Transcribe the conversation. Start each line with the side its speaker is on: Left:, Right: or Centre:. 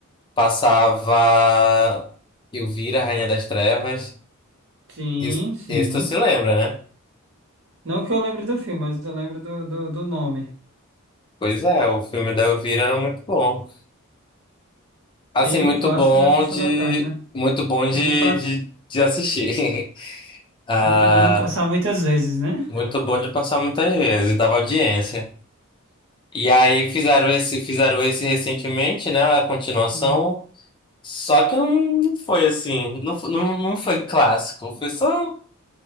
Left: Passava Elvira, Rainha das Trevas.
Right: Sim,
Left: Isso,
Right: sim.
Left: isso tu se lembra, né?
Right: Não que eu lembre do filme, mas eu lembro do, do, do nome.
Left: Pois é, o filme da Elvira era muito bom. Assim,
Right: E
Left: muito
Right: um clássico
Left: bom
Right: da Sessão
Left: de.
Right: da Tarde, né?
Left: Muito bom de,
Right: De pass...
Left: de, de assistir. <laughs> Ah,
Right: Muito bom de passar muitas vezes, né?
Left: muito bom de passar muitas vezes, dava audiência. E aí fizeram esse, fizeram esse recentemente, né? A continuação.
Right: Uhum.
Left: Só que não foi assim, não, fo- não, não foi clássico, foi só,